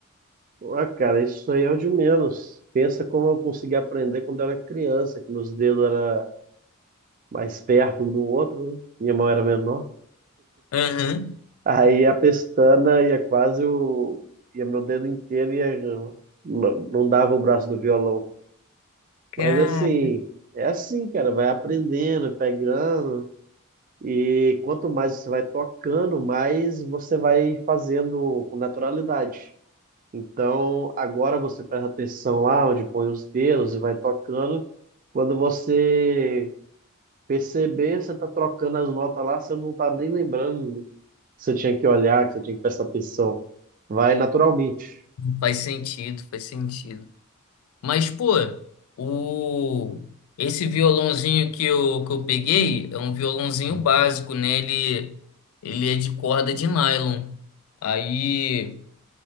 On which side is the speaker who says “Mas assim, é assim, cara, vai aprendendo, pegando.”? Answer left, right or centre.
Right